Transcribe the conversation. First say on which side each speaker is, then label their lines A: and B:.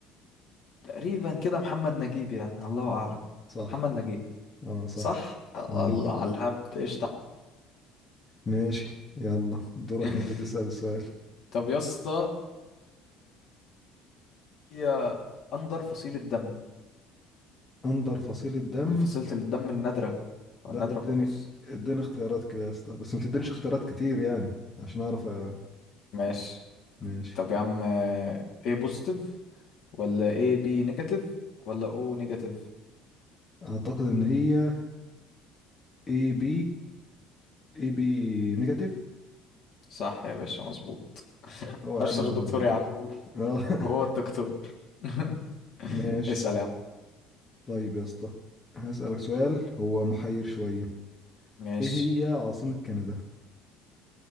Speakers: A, on the left; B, on the left.
A: تقريبا كده محمد نجيب يعني الله اعلم
B: صح
A: محمد نجيب
B: اه صح
A: صح
B: اه
A: الله على الهبد قشطة
B: ماشي يلا دورك
A: <laughs>
B: انت تسأل السؤال
A: طب يسا هي أندر فصيلة دم
B: أندر فصيل الدم
A: من فصيلة الدم النادرة
B: لا
A: النادرة
B: اديني
A: خالص
B: اديني اختيارات كده يا اسطى بس ما تدينيش اختيارات كتير يعني عشان اعرف أ-
A: ماشي
B: ماشي
A: طب يا عم ايه بوزيتيف ولا ايه بي نيجاتيف ولا او نيجاتيف
B: اعتقد ان هي A B اي بي نيجاتيف
A: صح يا باشا مظبوط
B: هو
A: أشهر
B: يا ابني انا
A: دكتور
B: دكتور
A: يا عم
B: اه <laughs>
A: هو الدكتور <laughs>
B: ماشي
A: اسأل يا عم
B: طيب يا اسطى هسألك سؤال هو محير شوية
A: ماشي
B: ايه هي عاصمة كندا